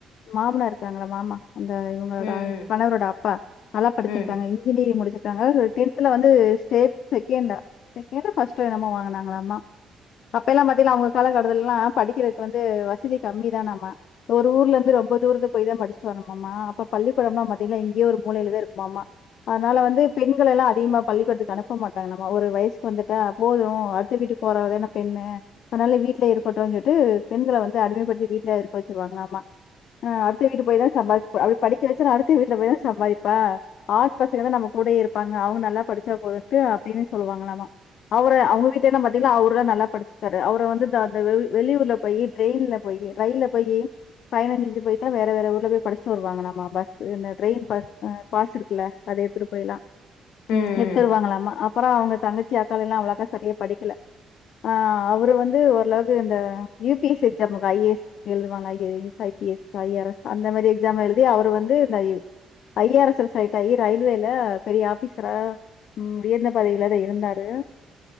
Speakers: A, on the left; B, on the left.
A: மாமனார் இருக்காங்கள மாமா அந்த இவங்களோட
B: ம்,
A: கணவரோட அப் ப்பா நல்லா படிச்சிருக்காங்க
B: ம், ம்,
A: டிகிரி முடிச்சிருக்காங்க டென்தல வந்து ஸ்டேட்ஸ் செகண்டா செகண்டோ பஸ்டோ என்னமோ வாங்கனாங்களாமா அப்ப எல்லா பாத்தீங்கனா அவங்க காலகட்டத்துல லா படிக்கிறதுக்கு வந்து வசதி கம்மி தானாம்மா ஒரு ஊர்ல இருந்து ரொம்ப தூரத்து போய் தா படிச்சட்டு வரணுமாம்மா அப்ப பள்ளிக்கூடம்லா பாத்தீங்கா எங்கையே ஒரு மூலையிலதா இருக்குமாம்மா அதனால வந்து பெண்கள எல்லா அதிகமா பள்ளிக்கூடத்துக்கு அனுப்ப மாட்டாங்களலாம்மா ஒரு வயசுக்கு வந்துட்டா போதும் அடுத்த வீட்டுக்கு போறவதான பெண்ணு அதனால வீட்லே இருக்கட்டும்ன்னு சொல்லிட்டு பெண்கள வந்து அடிமைப்படுத்தி வீட்லே இருக்க வச்சிருவாங்களலாமா அ அடுத்த வீட்ல போய்தா சம்பாதிச் அப்டி படிக்க வச்சாலும் அடுத்த வீட்டுல போய் தா சம்பாதிப்பா ஆ பசங்க தா நம்ம கூடயே இருப்பாங்க அவங்க நல்லா படிச்சா போதுட்டு அப்டின்னு சொல்லுவாங்களாமா அவரை அவங்க வீட்ல லா பாத்தீங்கன்னா அவரு தா நல்லா படிச்சிருக்காரு அவர் வந்து வெளியூர்ல போய் ட்ரெயின்ல போய் ரயில்ல போய் பயணஞ்செஞ்சி போயி தா வேற வேற ஊர்ல போய் படிச்சுட்டு வருவாங்களாமா பஸ் இந்த ட்ரெயின் பஸ் பாஸ் இருக்குல அத எடுத்துட்டு போயலா
B: ம், ம்,
A: எடுத்துடுவாங்களமா அப்பற அவங்க தங்கச்சி அக்காள எல்லா அவளாக்கா சரியா படிக்கல ஆ அவரு வந்து ஓரளவுக்கு இந்த யூபிஎஸ் எக்ஸாமுக்கு ஐஏஎஸ் எழுதுவாங்கல ஐஸ் ஐபிஎஸ் ஐஆஎஸ் அந்த மாரி எக்ஸாம் எழுதி அவர் வந்து இந்த ஐஆர்எஸ் ல செலக்டாகி ரயில்வேல பெரிய ஆபீசரா உயர்ந்த பதவில இருந்தாரு